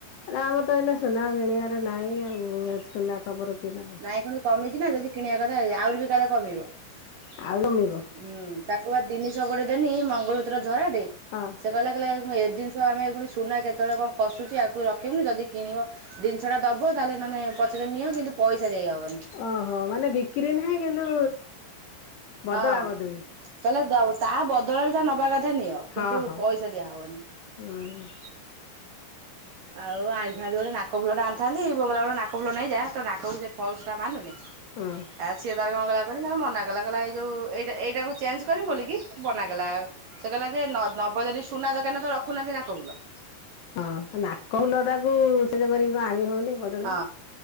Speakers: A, on the left; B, on the right.
A: ଆମର ତ ଏଇନା ସୁନା କିଣିବାରେ ନାହିଁ ଆଉ ସୁନା ଖବର କି ନବ।
B: ନାଇଁ କଣୁ କମିଛି ନା ଯଦି କିଣିବା କଥାଉ ଆହୁରି ବି କାଳେ କମିବ। <inaudible>
A: ଆଉ ଜମିବ
B: ହୁଁ ତାକୁ ବା ଦିନିଶହ ଗଟେ ଦେନି ମଙ୍ଗଳ ଝରାଟେ
A: ହଁ
B: ସେ କହିଲା କହ ଏ ଜିନିଷ ଆମେ ପୁଣି ସୁନା କେତେବେଳେ କଣ ଖସୁଛି ଆଗକୁ ରଖିବୁନି ଯଦି କିଣିବ ଜିନିଷ ଟା ଦବ ତାହେଲେ ନହେଲେ ପଚାରି ନିଅ କିନ୍ତୁ ପଇସା ଦେଇହବନି
A: <inaudible> ଓହୋ ମାନେ ବିକ୍ରି ନାହଁ। କିନ୍ତୁ
B: <inaudible>
A: ବଦଳା
B: ହଁ
A: ବଦଳି
B: <inaudible> କହିଲା ତା ବଦଳରେ ଯା ନବା କଥା କଥା ନିଅ
A: ହଁ
B: କିନ୍ତୁ
A: ହଁ
B: ପଇସା ଦିଆ ହବନି।
A: ହୁଁ
B: <inaudible> ଆଉ ଆଣିଥାନ୍ତି ଗୋଟେ ନାକ ଫୁଲଟା ଆଣିଥାନ୍ତି ବୋଉ କହିଲା ଗୋଟେ ନାକ ଫୁଲ ନାହିଁ ଯା ତୋ ନାକକୁ ଯେମ ପଲ୍ସଟା ମାନୁନି
A: ହଁ
B: ଆଉ ସିଏ ତାର ରଙ୍ଗ <unintelligible> ତ ମନା କଲା, କହିଲା ଏଇ ଯୋଉ ଏଇଟା ଏଇଟାକୁ ଚେଞ୍ଜ କରି ବୁ ବୋଲିକି ମନାକଲା ସେ କହିଲା ଯେ ନ ନବ ଯଦି ସୁନା ଦୋକାନରେ ତ ରଖୁନାହାନ୍ତି ନାକଫୁଲ।
A: ହଁ ନାକ ଫୁଲଟାକୁ ସେ ଯୋଗୁରୁ କରିକି କଣ ଆଣି ହଉନି। ବଦଳେଇ
B: ହଁ